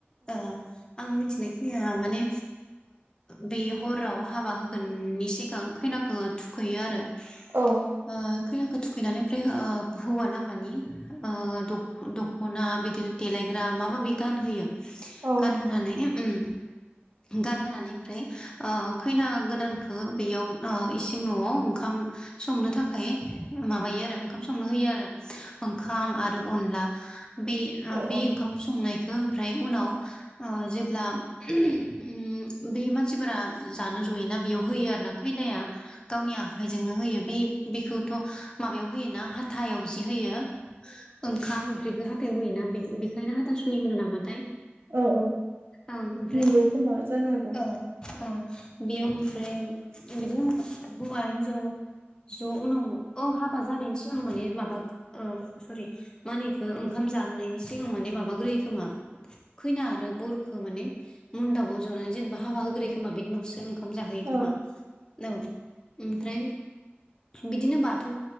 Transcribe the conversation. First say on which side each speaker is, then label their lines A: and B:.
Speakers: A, on the left (about 20°); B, on the right (about 65°).
A: ओ आं मिथिनाय खिनि आ माने बे हराव हाबा होगोन सिगां खै थुखैयो आरो
B: औ
A: ओ खैनाखौ खैनानै ओमफ्राय ओ हौवा लाङानि ओ दख'ना बिदिनो देलायग्रा मा माबि गानहोयो
B: औ
A: गानहोनानै उम
B: <inaudible>
A: गानहोनानै ओमफ्राय ओ खैना गोदानखौ बेयाव ओ इसिं न'आव ओंखाम संनो थाखाय माबायो आरो ओंखाम संनो होयो आरो ओंखाम आरो अनला बे ओ
B: औ
A: बे ओंखाम संनाय ओमफ्राय उनाव ओ जेब्ला उम बे मानसिफोरा जानो जयोना बेयाव खैनाया गावनि आखायजोंनो होयो बे बेखौथ' माबायाव होयोना हाथायाव जि होयो ओंखाम संख्रिखौ हाथायाव होयोना बेखायनो हाथासुनि होनो नामाथाय
B: औ औ
A: ओं ओमफ्राय
B: नंगौ खोमा जानो हागौ
A: औ औ बेयाव ओमफ्राय बिदिनो हौवा हिनजाव ज' उनाव औ हाबा जानायनि सिगां माने माबा ओ सरि मानो एखौ ओंखाम जाहोनायनि सिगाङां माने माबाग्रोयो खोमा खैनो हादों बफ मोनाव जनानै जेनेबा हाबा होग्रोयो खोमा बेनिनावसो ओंखाम जाहैयो खोमा
B: औ
A: औ ओमफ्राय बिदिनो बाथौ